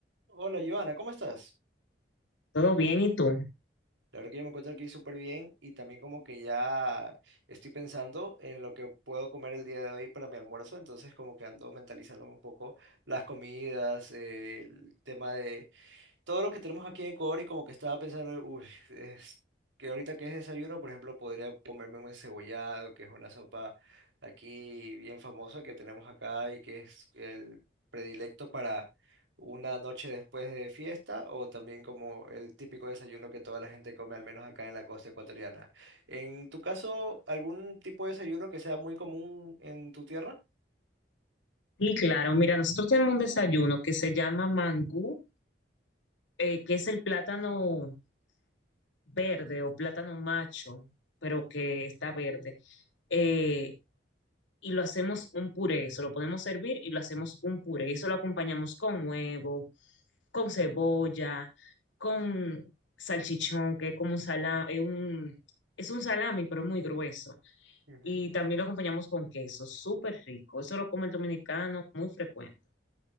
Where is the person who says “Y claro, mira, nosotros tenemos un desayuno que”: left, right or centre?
Left